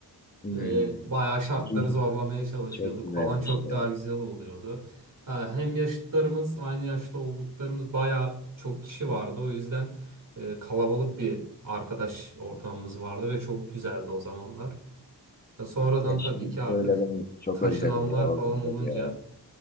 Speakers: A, on the left (about 20°); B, on the right (about 50°).
A: Hmm.
B: Böyle bayağı şartları
A: <laughs>
B: zorlamaya çalışıyorduk
A: Çok güzelmiş
B: falan çok
A: ya.
B: daha güzel oluyordu. Ha, Hem yaşıtlarımız aynı yaşta olduklarımız bayağı çok kişi vardı. O yüzden e, kalabalık bir arkadaş ortamımız vardı ve çok güzeldi o zamanlar. Ya Sonradan
A: Ya
B: tabii
A: şimdi
B: ki artık
A: söyledim çok
B: taşınanlar
A: özledim ya o
B: falan
A: günleri
B: olunca
A: ya.